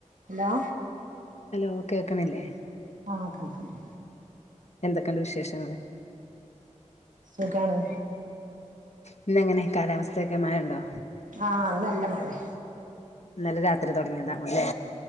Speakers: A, on the right (about 85°); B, on the left (about 60°).
A: ഹലോ.
B: ഹലോ കേക്കണില്ലേ.
A: ആഹ് കേൾക്കണ്ട്.
B: എന്തക്കെണ്ട് വിശേഷങ്ങള്.
A: സുഖാണ്.
B: ഇന്നെങ്ങനെ കാലാവസ്ഥയൊക്കെ മയണ്ടോ.
A: ആഹ് ഇന്നല്ല മഴെ.
B: ഇന്നലെ രാത്രി തുടങ്ങിയതാവുലേ.